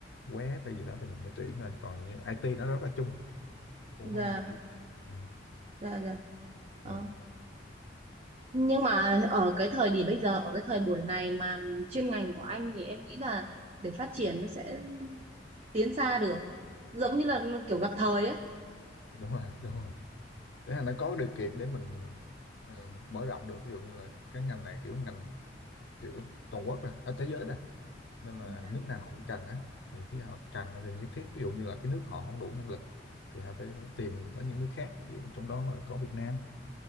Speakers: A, on the left; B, on the right.
A: web hay gì đó thì mình mới tuyển thôi còn như IT nó rất là chung cũng không
B: dạ
A: cũng- ừ,
B: dạ dạ Đó.
A: ờ,
B: nhưng mà ở cái thời điểm bây giờ ở cái thời buổi này mà chuyên ngành của anh thì em nghĩ là để phát triển nó sẽ tiến xa được giống như là kiểu gặp thời ấy
A: đúng rồi đúng rồi để là nó có điều kiện để mình ờ, mở rộng được ví dụ như là cái ngành này kiểu ngành kiểu toàn quốc ra à, thế giới ra nên là
B: Dạ.
A: nước nào họ cũng cần á thì khi họ cần thì nhất thiết ví dụ như là cái nước họ không đủ nhân lực thì họ phải tìm tới những nước khác ví dụ trong đó là có Việt Nam